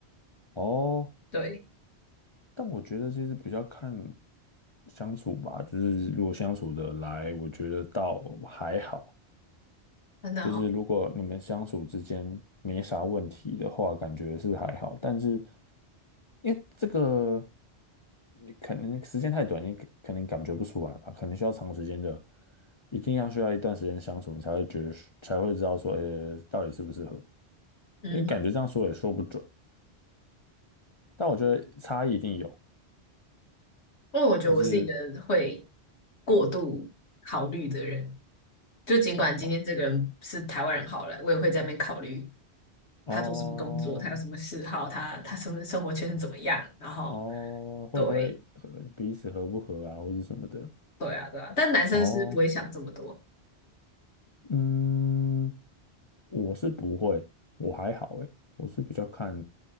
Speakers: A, on the left; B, on the left.
A: 哦，
B: 对，
A: 但我觉得其实比较看相处吧，就是如果相处的来，我觉得倒还好；
B: 真的好，
A: 就是如果你们相处之间没啥问题的话，感觉是还好。但是因为这个，你可能时间太短，你可可能感觉不出来吧，可能需要长时间的，一定要需要一段时间相处，你才会觉得是才会知道说，呃，到底适不适合。
B: 嗯哼
A: 因为感觉这样说也说不准，但我觉得差异一定有，
B: 因为我觉得我是一个会
A: 就是
B: 过度考虑的人，就尽管今天这个人是台湾人好了，
A: 哦
B: 我也会在那边考虑
A: 哦
B: 他做什么工作，他有什么嗜好，他他什么生活圈是怎么样，然后
A: 哦，会不会合彼此合不合啊，
B: 对
A: 或者什么的。
B: 对啊对啊，但男生是不会想这么多，
A: 哦，嗯，我是不会，我还好诶，我是比较看